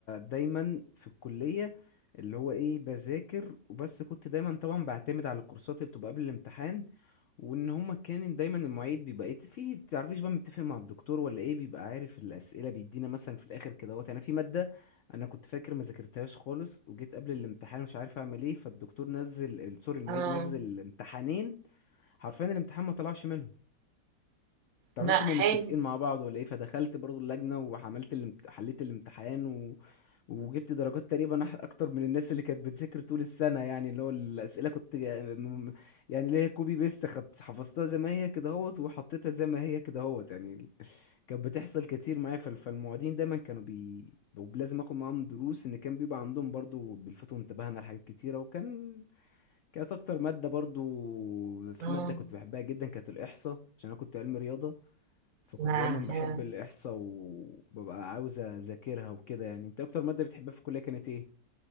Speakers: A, on the left; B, on the right.
A: دايما في الكليه اللي هو ايه بذاكر وبس كنت دايما طبعا بعتمد على الكورسات اللي بتبقى قبل الامتحان وان هما كان دايما المعيد بيبقى ايه في بتعرفيش بقى متفق مع الدكتور ولا ايه بيبقى عارف الاسئله بيدينا مثلا في الاخر كده اهوت يعني في ماده انا كنت فاكر ما ذاكرتهاش خالص وجيت قبل الامتحان مش عارف اعمل ايه فالدكتور نزل ال- سوري المعيد
B: آه
A: نزل امتحانين حرفيا الامتحان ما طلعش منهم تعرفش
B: لا حلو
A: هما متفقين مع بعض ولا ايه فدخلت برضو اللجنة وعملت الامت... حليت الامتحان و... وجبت درجات تقريبا أح- اكتر من الناس اللي كانت بتذاكر طول السنة يعني اللي هو الأسئلة كنت جا- م- م- يعني اللي هي كوبي بيست خدت حفظتها زي ما هي كده اهوت وحطيتها زي ما هي كده اهوت يعني ال- كانت بتحصل كتير معايا فال- فالمعيدين دايما كانوا بي ولازم اخد معاهم دروس ان كان بيبقى عندهم برضو بيلفتوا انتباهنا لحاجات كتيرة وكان كانت اكتر مادة برضو في
B: آه
A: مادة كنت بحبها جدا كانت الإحصاء عشان انا كنت علمي رياضة فكنت
B: لا
A: دايما بحب
B: حلو.
A: الإحصاء وببقى عاوز أذاكرها وكده يعني أنت أكتر مادة بتحبها في الكلية كانت إيه؟